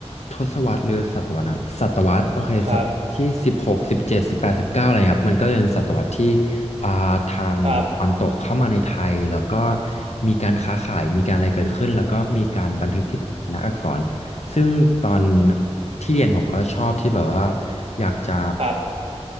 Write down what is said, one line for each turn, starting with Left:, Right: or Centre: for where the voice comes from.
Left: ทศวรรษหรือศตวรรษนะศตวรรษโอเคศตวรรษที่สิบหกสิบเจ็ดสิบแปดสิบเก้าอะไรครับมันก็เป็นศตวรรษที่
Right: ครับ
Left: อ่าทางตะวันตกเข้ามาในไทยแล้วก็
Right: ครับ
Left: มีการค้าขายมีการอะไรเกิดขึ้นแล้วก็มีการบันทึกที่เป็นลักษณ์อักษรซึ่งตอนที่เรียนผมก็ชอบที่แบบว่าอยากจะ
Right: ครับ